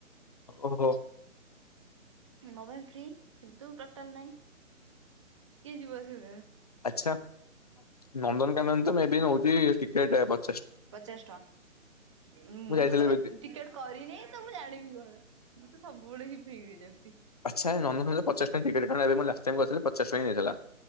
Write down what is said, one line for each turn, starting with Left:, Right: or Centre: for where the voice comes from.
Left: ଓହୋ।
Right: ମୋବାଇଲ ଫ୍ରି କିନ୍ତୁ ଟୋଟାଲ ନାଇଁ କିଏ ଯିବ ସେ।
Left: ଆଚ୍ଛା ନନ୍ଦନକାନ୍ଦନ। ମେବି ନଉଚି ଟିକେଟେ ପ
Right: ପଚାଶ ଟଙ୍କା ମୁଁ
Left: ଯାଇଥିଲି
Right: ତ କେବେ
Left: ଏବେ
Right: ଟିକେଟ କରିନି ତ ମୁଁ ଜାଣିବି କଣ ମୁଁ ତ ସ ବଳେ ହି ଫ୍ରି ରେ ଯାଉଚି।
Left: ଆଚ୍ଛା ନନ୍ଦନକାନନ ପଚାଶ ଟଙ୍କା ଟିକେଟ କଣ ଏବେ ମୁଁ ଲାଷ୍ଟ ଟାଇମ ବସିଲିପଚାଶ ଟଙ୍କା ହିଁ ନେଇଥିଲା।